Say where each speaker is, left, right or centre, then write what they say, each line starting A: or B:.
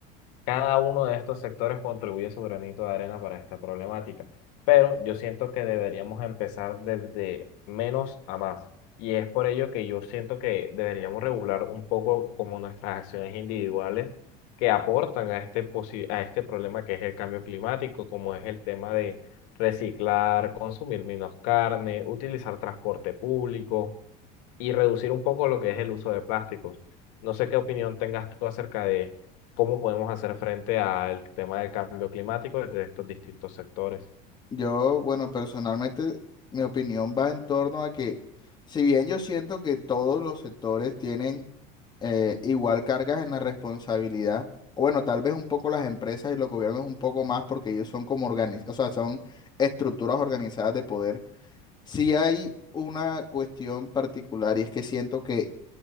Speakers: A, on the left (about 70°); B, on the left (about 20°).
A: Cada uno de estos sectores contribuye su granito de arena para esta problemática, pero yo siento que deberíamos empezar desde menos a más. Y es por ello que yo siento que deberíamos regular un poco como nuestras acciones individuales que aportan a este, posi- a este problema que es el cambio climático, como es el tema de reciclar, consumir menos carne, utilizar transporte público y reducir un poco lo que es el uso de plásticos. No sé qué opinión tengas tú acerca de cómo podemos hacer frente al tema del cambio climático desde estos distintos sectores.
B: Yo, bueno, personalmente mi opinión va en torno a que si bien yo siento que todos los sectores tienen eh, igual cargas en la responsabilidad, o bueno, tal vez un poco las empresas y los gobiernos un poco más porque ellos son como organiz, o sea, son estructuras organizadas de poder. Sí hay una cuestión particular y es que siento que